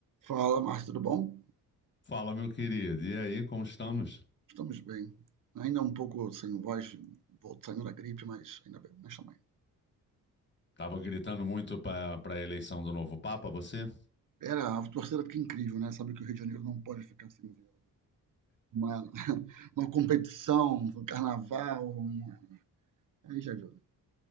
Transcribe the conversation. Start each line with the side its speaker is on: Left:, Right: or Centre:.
Right: Fala, Márcio, tudo bom?
Left: Fala, meu querido. E aí, como estamos?
Right: Estamos bem. Ainda um pouco sem voz, vol- saindo da gripe, mas ainda bem, mas também.
Left: Tava gritando muito para para a eleição do novo Papa, você?
Right: Era, a torcida fica incrível, né? Sabe que o Rio de Janeiro não pode ficar sem ver uma, <laughs> uma competição, um carnaval, uma... aí já viu, né?